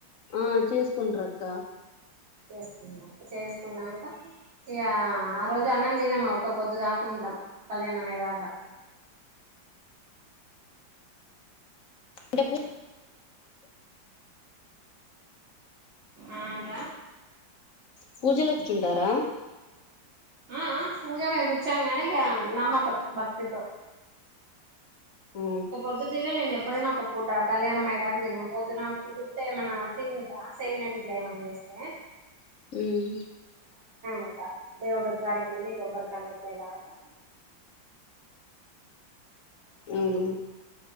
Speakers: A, on the left; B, on the right.
A: ఆ చేసుకుంట్రక్క
B: చేసుకున్నాం చేసుకున్నాక ఇ గ ఆ రోజే అన్నం తినమా ఒక్కపొద్దు దాకా ఉ కల్యాణం అయ్యేదాకా
A: అంటే
B: అవును
A: పూ
B: కదా ఆ అట
A: పూజలో కూర్చుంటారా
B: ఆ అహ పూజమ కుచ్చగానే ఇగ నమ్మకం భక్తితో
A: ఆ,
B: ఒక పొద్దుదిన నేను ఎప్ ఎప్పుడైనా ఒక పూట కళ్యాణం అయ్యేదాకా తిన పొద్దున కుదిరితే ఏమైన్నా తింటా సేమ్ట్లే ఏమని చేస్త
A: ఉమ్,
B: <unintelligible> త దేవుడు కాడికి ఎళ్లి కొబ్బరికాయలు కొట్టే దాకా
A: అవును